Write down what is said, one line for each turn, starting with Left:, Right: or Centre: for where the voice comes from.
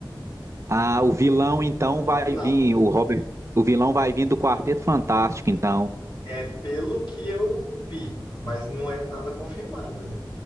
Right: Ah, o vilão então vai
Left: Vilão.
Right: vir, o Robert, o vilão vai vir do Quarteto Fantástico, então.
Left: É pelo que eu vi, mas não é nada confirmado, né?